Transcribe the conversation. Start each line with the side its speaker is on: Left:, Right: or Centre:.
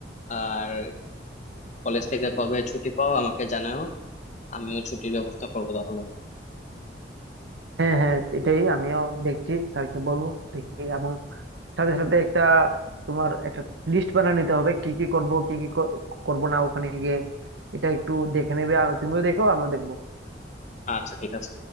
Left: আর কলেজ থেকে কবে ছুটি পাও আমাকে জানাও আমিও ছুটির ব্যবস্থা করবো তাহলে
Right: হ্যাঁ হ্যাঁ এটাই আমিও দেখছি স্যারকে বলবো দেখি এবং সাথে সাথে একটা তোমার একটা লিস্ট বানিয়ে নিতে হবে কি কি করব কি কি করব না ওখানে গিয়ে এটা একটু দেখে নেবে আর তুমিও দেখো আমিও দেখবো
Left: আচ্ছা ঠিক আছে